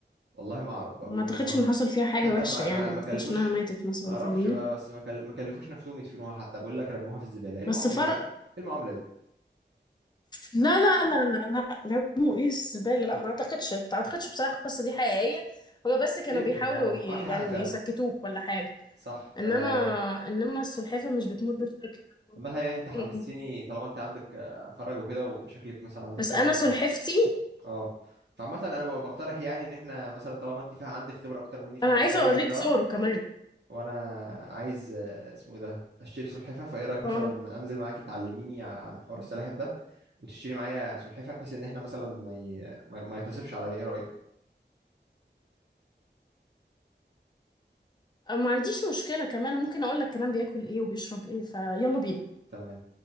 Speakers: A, on the right (about 70°); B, on the left (about 25°).
A: والله ما اعرف بقى
B: ما
A: بيقولوا
B: اعتقدش
A: رموها
B: ان حصل فيها حاجة
A: حتى
B: وحشة
A: ما
B: يعني
A: ما
B: ما
A: ما
B: اعتقدش
A: كلفوش
B: انها ماتت مثلا
A: ما اعرفش
B: فاهمني
A: بقى بس ما كل... ما كلفوش نفسهم يدفنوها حتى بقول لك رموها في الزبالة ايه
B: بس
A: المعاملة
B: فرق
A: ايه المعاملة دي
B: لا لا لا لا لا رموا ايه الزبالة لا ما اعتقدش ما اعتقدش بصراحة القصة دي حقيقية هما بس كانوا
A: يمكن
B: بيحاولوا
A: اه
B: ي...
A: معاك
B: يعني
A: حق فعلا
B: يسكتوك ولا حاجة
A: صح
B: انما
A: آه
B: انما السلحفة مش بتموت بالشكل
A: مثلا يعني انت حمستيني
B: ده م- م.
A: طالما انت عندك آه، فرج وكده وشكلك مثلا عندك
B: بس
A: خبرة
B: انا
A: ف
B: سلحفتي
A: اه فعامة انا ب- بقترح يعني ان احنا مثلا طالما انت فيها عندك خبرة اكتر مني في
B: انا
A: حوار
B: عايزة
A: السلاحف
B: اوريك
A: ده
B: صوره كمان
A: وانا عايز آه، اسمه ايه ده اشتري سلحفاة فايه رأيك
B: اه
A: مثلا انزل معاكي تعلميني عن حوار السلاحف ده وتشتري معايا سلحفاه بحيث ان احنا مثلا ما ي... ما ما يتنصبش عليا ايه رايك
B: أو ما عنديش مشكلة كمان ممكن اقول لك كمان بياكل ايه وبيشرب ايه فيلا بينا
A: تمام